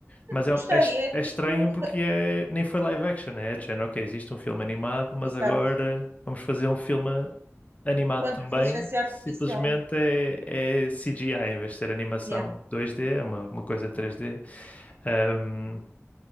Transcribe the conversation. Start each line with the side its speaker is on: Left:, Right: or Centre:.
Left: mas é,
Right: Gostei,
Left: é est-
Right: é tipo,
Left: é estranho porque é, nem foi live action, né? é de género, ok, existe um filme animado, mas
Right: exato,
Left: agora vamos fazer um filme animado
Right: quanto
Left: também.
Right: inteligência artificial.
Left: Simplesmente é, é CGI em vez de ser animação
Right: Yeah.
Left: 2D, é uma, uma coisa 3D. Ahm,